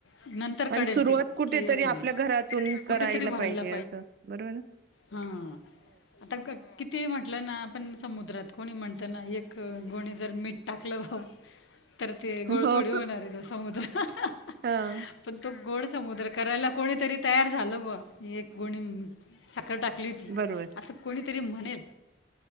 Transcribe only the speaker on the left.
नंतर
कळेल
ते
की अरे
कुठेतरी व्हायला
हां. आता कट कितीही म्हटलं ना. आपण समुद्रात, कोणी म्हणतं ना. एक गोणी जर मीठ टाकलं. बाबा तर ते गोड
थोडी होणारय तो समुद्र. <unintelligible>
पण तो गोड समु द्र करायला कोणीतरी तयार झालं बुवा. एक गोणी म साखर टाकली होती.
असं कोणीतरी म्हणेल.